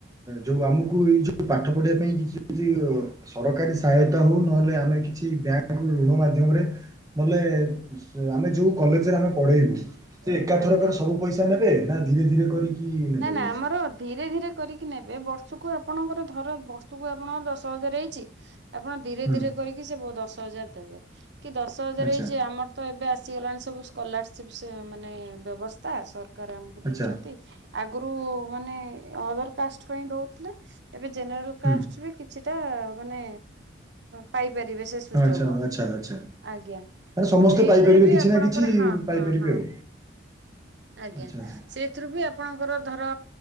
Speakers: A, on the right; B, on the right.
A: ଯୋଉ ଆମକୁ ଏଇ ଯୋଉ ପାଠ ପଢିବା ପାଇଁ କିଛି ଅ ସରକାରୀ ସହାୟତା ହଉ ନହେଲେ ଆମେ କିଛି ବ୍ୟାଙ୍କ ଋଣ ମାଧ୍ୟମରେ ମଲେ ଆମେ ଯୋଉ କଲେଜରେ ଆମେ ପଢେଇବୁ। ସେ
B: ଆଜ୍ଞା
A: ଏକାଥରକରେ
B: ଆଜ୍ଞା।
A: ସବୁ ପଇସା ନେବେ ନା ଧୀରେ ଧୀରେ କରିକି ନେବେ
B: ନା ନା
A: ପଇସା
B: ଆମର ଧୀରେ ଧୀରେ କରିକି ନେବେ ବର୍ଷକୁ ଆପଣଙ୍କର ଧର ବର୍ଷକୁ ଆପଣଙ୍କର ଦଶ ହଜାର ହେଇଛି। ଆପଣ ଧୀରେ
A: ହୁଁ
B: ଧୀରେ କରିକି ସେ ଦଶ ହଜାର ଦେବେ। କି ଦଶ ହଜାର
A: ଆଚ୍ଛା
B: ହେଇଛି ଆମର ତ ଏବେ ଆସିଗଲାଣି ସବୁ ସ୍କଲାରସିପ ମାନେ ବ୍ୟବସ୍ଥା ସରକାର ଆମକୁ
A: ଆଚ୍ଛା
B: ଦେଇଛନ୍ତି। ଆଗରୁ ମାନେ ଅଦର କାଷ୍ଟ ପାଇଁ ଦଉଥିଲେ। ଏବେ ଜେନେରାଲ କାଷ୍ଟ
A: ହୁଁ
B: ବି କିଛିଟା ମାନେ ପାଇପାରିବେ ସେ। ସୁଯୋଗ
A: ଆଚ୍ଛା ଆଚ୍ଛା ଆଚ୍ଛା
B: ଆଜ୍ଞା।
A: ମାନେ ସମସ୍ତେ
B: ସେଇଥିରେ
A: ପାଇପାରିବେ
B: ବି
A: କିଛି
B: ଆପଣଙ୍କର
A: ନା କିଛି
B: ହଁ
A: ପାଇପାରିବେ
B: ହଁ ହଁ
A: ଆଉ।
B: ଆଜ୍ଞା।
A: ଆଚ୍ଛା ଆଚ୍ଛା
B: ସେ ସେଥିରୁ ବି ଆପଣଙ୍କର ଧର